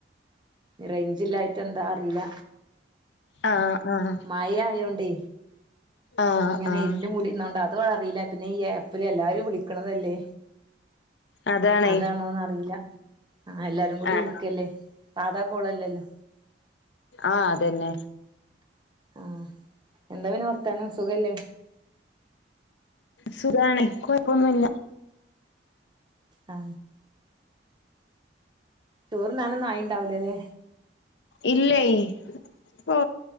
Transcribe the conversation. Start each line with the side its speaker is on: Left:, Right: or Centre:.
Right: റെയിഞ്ച് ഇല്ലായിട്ട എന്താ അറീല
Left: ആ ആ
Right: മഴ ആയോണ്ടെ
Left: ആഹ്
Right: ഇങ്ങനെ
Left: ആഹ്
Right: ഇര് ന്റെ മൂടി ന്നോണ്ട അതു അറീല പിന്നെ ഈ ഏപ്പില് എല്ലാരും വിളിക്ക്‌ണതല്ലേ
Left: അതാണേ
Right: അതാണോന്ന അറീല അല്ലാരും കൂടി
Left: ആഹ്
Right: വിളിക്കല്ലേ സാദാ കോളല്ലല്ലോ
Left: ആ അതന്നെ
Right: ആ എന്താ പിന്നെ വർത്താനം സുഖല്ലേ
Left: സുഖാണ് ഇൻക്ക് കൊഴപ്പൊന്നുല്ല
Right: ആ ചോറ്ന്നാനൊന്നു ആയിണ്ടാവുല ലെ
Left: ഇല്ലേയ് ഇപ്പോ